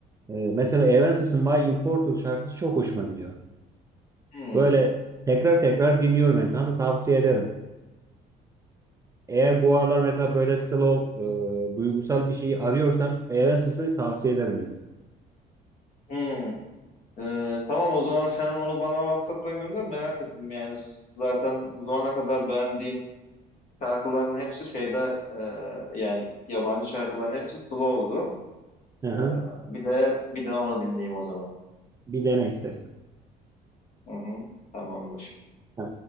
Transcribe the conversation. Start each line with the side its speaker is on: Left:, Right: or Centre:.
Right: Ee, mesela Evanescence My Immortal şarkısı çok hoşuma gidiyor.
Left: Hmm,
Right: Böyle tekrar tekrar dinliyorum yani sana da tavsiye ederim. Eğer bu aralar mesela böyle slow, e, duygusal bir şey arıyorsan Evanescence'ı tavsiye ederim yani.
Left: hmm. E, tamam o zaman sen onu bana WhatsApp'tan gönder merak ettim yani S- zaten bu zamana kadar beğendiğim şarkıların hepsi şeyde e, yani yabancı şarkıların hepsi slow'du.
Right: Hı hı.
Left: Ee, bir de bir de onu dinleyeyim o zaman.
Right: Bir dene istersen.
Left: Hı hı, tamamdır.
Right: Ha.